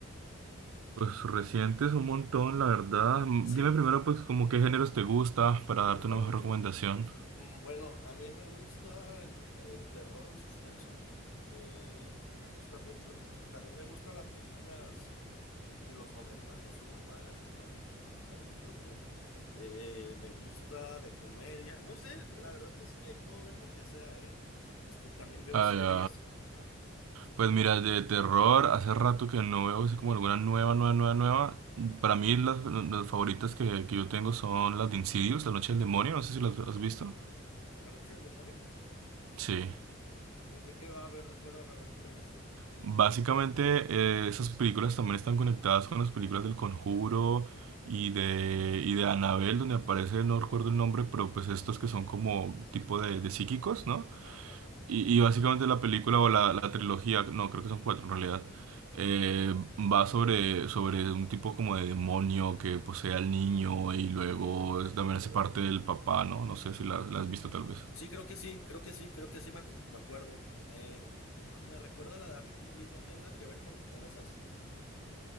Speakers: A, on the right; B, on the left.
A: Pues recientes un montón, la verdad. Mm,
B: ¿Sí?
A: Dime primero pues como qué géneros te gusta para
B: ¿Te
A: darte
B: gusta
A: una
B: mucho?
A: mejor recomendación.
B: Mm, Bueno, a mí me gusta el, el terror o el suspenso. eh, me gusta mucho. También me gustan las películas de los 90 que son muy malas, <laughs> las disfruto. Eh, me gusta de comedia. No sé, la verdad es que puedo ver lo que sea, ¿eh? Este, también veo
A: Ah,
B: series.
A: ya.
B: Ajá. ¿Y
A: Pues mira, de terror, hace rato que no veo así como alguna nueva, nueva, nueva, nueva. Para mí las, las favoritas que, que yo tengo son las de Insidious, La Noche del Demonio, no sé si las has visto.
B: ¿La noche del demonio?
A: Sí.
B: ¿De, de qué va a ver? Recuérdame a ver si la he visto.
A: Básicamente, eh, esas películas también están conectadas con las películas del Conjuro y
B: Ok,
A: de, y de Annabelle, donde aparece, no recuerdo el
B: ok.
A: nombre, pero pues estos que son como tipo de, de psíquicos, ¿no?
B: Ajá, ajá.
A: Y, y básicamente la película o la, la trilogía, no, creo que son cuatro en realidad, eh, va sobre, sobre un tipo como de demonio que posee al niño y luego
B: Ok, ok.
A: es- también hace parte del papá, ¿no? No sé si la, la has visto tal vez.
B: Sí, creo que sí, creo que sí, creo que sí me, acu- me acuerdo. Eh, ma- me recuerda a la de Amityville, ¿no tiene nada que ver con, con esas?